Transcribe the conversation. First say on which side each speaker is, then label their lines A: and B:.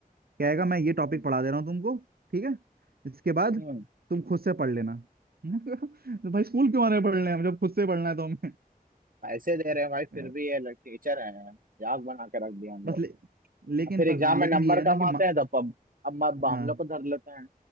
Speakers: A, on the right; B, on the right.
A: कहेगा मैं ये टॉपिक
B: हम्म
A: पढ़ा दे रहा हूँ तुमको ठीक है इसके बाद
B: हम्म,
A: तुम खुद से पढ़ लेना <laughs> तो भाई स्कूल क्यों आने पढ़ने हम जब खुद से पढ़ना है तो हमें
B: पैसे दे रहे हैं भाई फिर
A: यार,
B: भी ये लोग टीचर है याद बना के रख दिया हम
A: बस
B: लोग
A: ले, लेकिन
B: और फिर
A: बस
B: एग्जाम
A: लेकिन
B: में नंबर
A: ये है ना
B: कम
A: कि
B: आते हैं तो अब अब अब हम
A: हाँ
B: लोग को धर लेते हैं